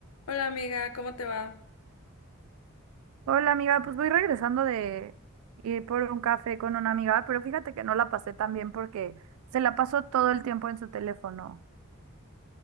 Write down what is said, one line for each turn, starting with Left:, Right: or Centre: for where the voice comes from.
Left: Hola amiga, ¿cómo te va?
Right: Hola amiga, pues voy regresando de ir por un café con una amiga, pero fíjate que no la pasé tan bien porque se la pasó todo el tiempo en su teléfono.